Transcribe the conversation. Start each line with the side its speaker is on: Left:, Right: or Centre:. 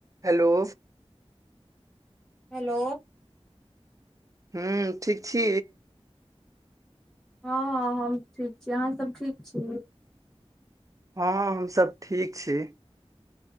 Right: hello
Centre: hello
Right: हूँ ठीक छी
Centre: हँ हम ठीक छी अहाँ सब ठीक छी
Right: हँ हम सऽ ठीक छी